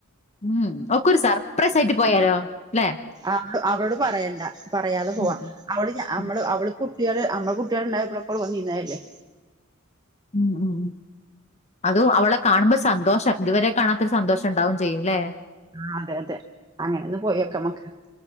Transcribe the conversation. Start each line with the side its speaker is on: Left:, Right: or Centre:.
Left: ഉം ഒക്കൊരു സർപ്രൈസയിട്ട് പോയാലോ ല്ലെ?
Right: ആഹ് അവളോട് പറയണ്ട പറയാതെപോവാ
Left: ഉം ഉം
Right: അവള് ഞാമ്മള്
Left: ഉം
Right: അവള് കുട്ടികള് നമ്മേ കുട്ടികളണ്ടായപ്പോളക്കോള് വന്നീന്നല്ലേ.
Left: മ് മ് അത് അവളെ കാണുമ്പോ സന്തോഷം ഇതുവരെ കാണാത്തൊരു സന്തോഷം ഇണ്ടാവും ചെയ്യും ല്ലെ?
Right: ആ അതെ അതെ അങ്ങനൊന്ന് പോയൊക്കെമ്മക്ക്